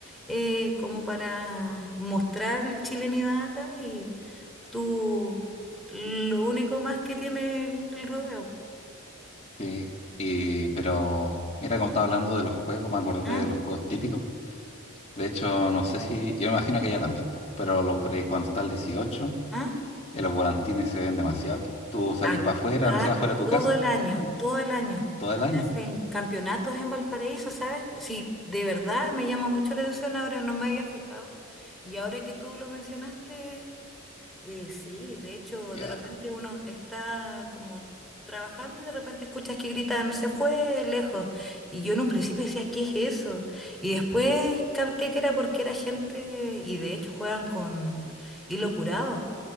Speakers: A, in the centre; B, on the left (about 30°).
A: eh, como para mostrar la chilenidad acá, y tú, lo único más que tiene el, el rodeo.
B: sí, y- pero mira como estaba hablando de los juegos, me acordé
A: ¿Ah?
B: de los juegos típicos, de hecho no sé si, yo me imagino que allá también, pues, pero los, por ahí cuando está el 18,
A: ¿Ah?
B: eh, los volantines se ven demasiado, aquí. tú salís
A: Acá
B: para afuera, no sé, afuera de tu
A: todo
B: casa,
A: el año,
B: sí,
A: todo el año.
B: todo el año,
A: Se hacen campeonatos en Valparaíso, ¿sabes? Sí, de verdad me llama mucho la atención ahora, no me había fijado. Y ahora que tú lo mencionaste, eh, sí, de hecho,
B: ya,
A: de repente uno está como trabajando y de repente escuchas que gritan, se fue lejos. Y yo en un principio decía, ¿qué es eso? Y después capté que era porque era gente, y de hecho juegan con hilo curado.